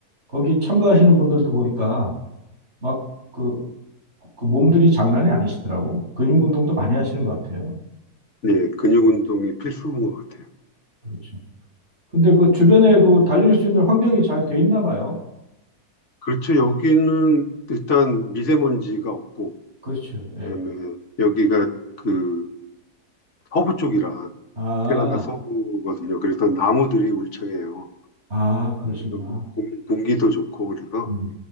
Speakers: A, on the right (about 45°); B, on the left (about 50°).
A: 거기 참가하시는
B: 네,
A: 분들도 보니까 막 그, 그 몸들이 장난이 아니시더라고. 근육 운동도 많이 하시는 것 같아요.
B: 네, 근육 운동이 필수인 것 같아요.
A: 그렇죠. 근데 그 주변에 그 달릴 수 있는 환경이 잘 돼 있나 봐요.
B: 그렇죠. 여기는 일단 미세먼지가 없고
A: 그렇죠. 예.
B: 그다음에 여기가 그 서부 쪽이라
A: 아,
B: 캐나다 서부거든요. 그래서 나무들이 울창해요.
A: 아, 그러시구나.
B: 그래서 뭐 공, 공기도 좋고 그래서
A: 음.